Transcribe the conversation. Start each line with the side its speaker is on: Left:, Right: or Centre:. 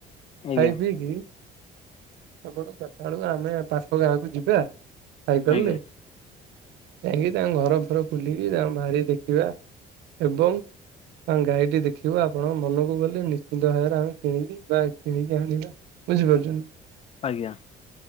Left: ଆଜ୍ଞା
Right: ଖାଇ ପିଇକି ଆପଣ ଚାରିଟା ବେଳକୁ ଆମେ ପାଖ ଗାଁକୁ ଯିବା। ସାଇକଲରେ।
Left: ଆଜ୍ଞା
Right: ଯାଇଁକି ତାଙ୍କ ଘର ଫର ବୁଲିକି ତାଙ୍କ ବାରି ଦେଖିବା ଏବଂ ତାଙ୍କ ଗାଈଟି ଦେଖିବା ଆପଣ ମନକୁ ଗଲେ, ନିଶ୍ଚିନ୍ତ ଭାବରେ ଆମେ କିଣିକି ଗାଈ କିଣିକି ଆଣିବା। ବୁଝିପାରୁଛନ୍ତି?
Left: ଆଜ୍ଞା।